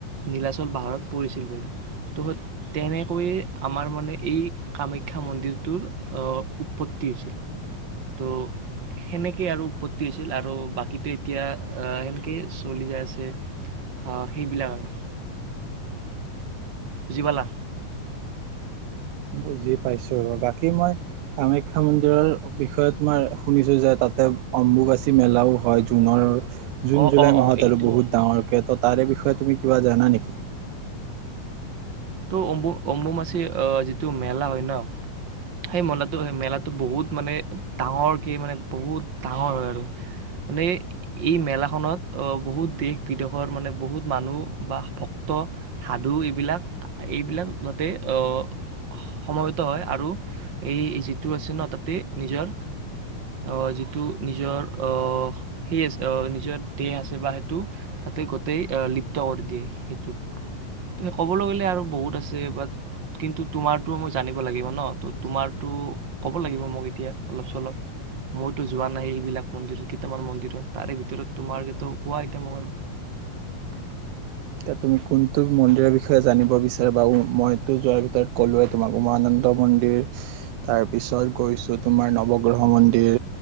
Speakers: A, on the right (about 40°); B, on the right (about 85°).
A: নীলাচল পাহাৰত পৰিছিল বোলে ত' স তেনেকৈয়ে আমাৰ মানে এই কামাখ্যা মন্দিৰটোৰ আ, উৎপত্তি হৈছিল ত' সেনেকে আৰু উৎপত্তি হৈছিল আৰু বাকীটো এতিয়া‌ আ, সেনেকেই চলি যে, আছে আ, সেইবিলাক আৰু। বুজি পালা?
B: বুজি পাইছোঁ বাকী মই কামাখ্যা মন্দিৰৰ বিষয়তো মই শুনিছোঁ যে, তাতে অম্বুবাচী মেলাও হয়, জুনৰ জুন,
A: অ',
B: জুলাই
A: অ',
B: মাহত
A: অ', এইটো।
B: আৰু বহুত ডাঙৰকে ত' তাৰে বিষয়ে তুমি কিবা জানা নেকি?
A: ত' অম্বু অম্বুমাচিৰ অহ, যিটো মেলা হয় ন' সেই মেলাটো সেই মেলাটো বহুত মানে ডাঙৰকে মানে বহুত ডাঙৰ হয় আৰু মানে এই মেলাখনত অহ, বহুত দেশ বিদেশৰ মানে বহুত মানুহ বা ভক্ত সাধু এইবিলাক এইবিলাক তাতে অহ, সমবেত হয় আৰু এই যিটো আছে ন' তাতে নিজৰ অহ, যিটো নিজৰ আহ সেই অ', নিজৰ দেহ আছে বা সেইটো তাতে গোতেই লিপ্ত কৰি দিয়ে সেইটোত ত' সেই ক'বলৈ গ'লে আৰু বহুত আছে বাট কিন্তু তোমাৰতো মই জানিব লাগিব ন' ত' তোমাৰটো ক'ব লাগিব মোক এতিয়া অলপ চলপ মইতো যোৱা নাই এইবিলাক মন্দিৰত কেইটামান মন্দিৰত তাৰে ভিতৰত তোমাৰেটো কোৱা এতিয়া মোক আৰু।
B: এতিয়া তুমি কোনটো মন্দিৰৰ বিষয়ে জানিব বিচাৰা বা মইতো যোৱাৰ ভিতৰত ক'লোৱে তোমাক উমানমানন্দ মন্দিৰ তাৰপিছত গৈছো তোমাৰ নৱগ্ৰহ মন্দিৰ